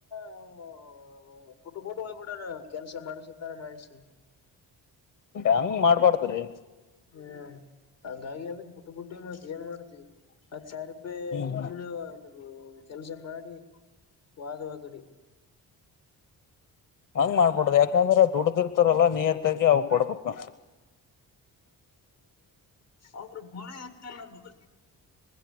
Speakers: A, on the left; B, on the left.
A: ಅಂತ ಬಿಟ್ಟಬಟ್ಟು ಹೋಗ್ಬಿಟ್ಟಾನ ಕೆಲ್ಸ ಮಾಡಸತಾನೆ ಮಾಡಿಸಿ
B: ಹೆಂಗ್ ಮಾಡ್ಬಾರಡ್ದ್ರಿ
A: ಹ್ಮ್ ಹಂಗಾಗಿ ಅದ ಬಿುಟ್ಟ ಬಿುಡ್ ಮತ್ತ ಏನ್ ಮಾಡತಿ್ವಿ ಸರ್ಬೇ
B: ಹ್ಮ್
A: ಸುಮ್ಮ್ನೆ ಅ ಕೆಲಸ ಮಾಡಿ ವಾದವಾಗಿಗಡಿ
B: ಹಂಗ್ ಮಾಡ್ಬಡ್ ಯಾಕಂದ್ರೆ ದುಡ ರಲ್ಲ ನೀ ಎತ್ತಾಗಿ ಅವು ಕೂಡ ಬಕ್ಕ
A: ಅವರ ಬರ ಆತ ಜ ನ ಬದ